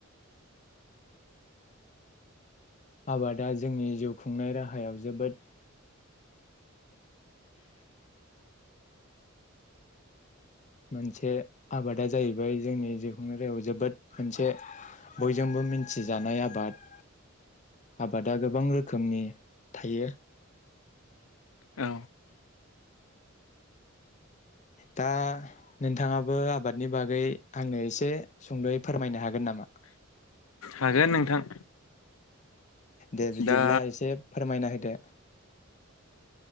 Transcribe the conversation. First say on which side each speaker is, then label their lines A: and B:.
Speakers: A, on the left; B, on the left.
A: आबादा जोंनि जिउ खुंनाय राहायाव जोबोद मोनसे आबादा जाहैबाय जोंनि जिखुंनाय रायाव जोबोद मोनसे बयजोंबो मिन्थिजानाय आबाद। आबादा गोबां रोखोमनि थायो।
B: औ।
A: दा नोंथाङाबो आबादनि बागै आंनो एसे सुंद'यै फोरमायनो हागोन नामा?
B: हागोन नोंथां।
A: दे बिदिब्ला
B: दा
A: एसे फोरमायना होदो।